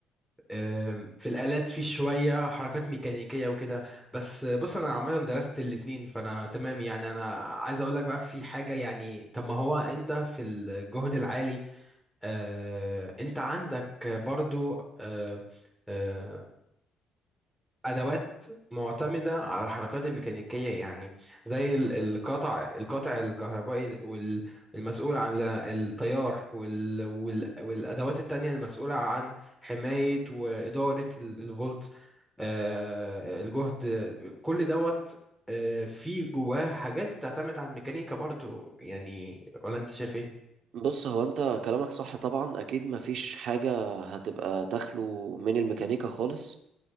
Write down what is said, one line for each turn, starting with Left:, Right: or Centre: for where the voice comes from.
Centre: آه، في الالات في شويه حركات ميكانيكيه وكده بس آه، بص انا عامه درست الاتنين فانا تمام يعني انا عايز اقول لك بقى في حاجه يعني طب ما هو انت في الجهد العالي آه، انت عندك برضو آه، آه، ادوات معتمده على الحركات الميكانيكيه يعني زي ال- القطع القطع الكهربائي وال- والمسؤول عن ال- التيار وال- وال- والادوات التانية المسؤوله عن حمايه واداره ال- الفولت آه، الجهد كل دوت آه، في جواه حاجات بتعتمد على الميكانيكا برضو يعني ولا انت شايف ايه
Right: بص هو انت كلامك صح طبعا اكيد مفيش حاجة هتبقى تخلو من الميكانيكا خالص